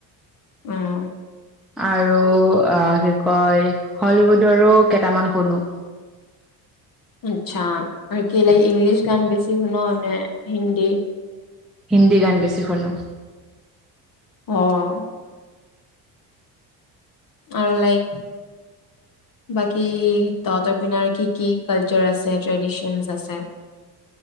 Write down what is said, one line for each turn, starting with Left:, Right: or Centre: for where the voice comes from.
Left: উম।
Centre: আৰু আ, কি কয় হলিউডৰো কেইটামান শুনো।
Left: আতচ্ছা, আৰু কি লাই ইংলিছ গান বেছি শুন নে হিন্দী?
Centre: হিন্দী গান বেছি শুনো।
Left: অ'। আৰু লাইক বাকী তহঁতৰ পিনে আৰু কি, কি কালচাৰ আছে, ট্ৰেডিচনছ আছে?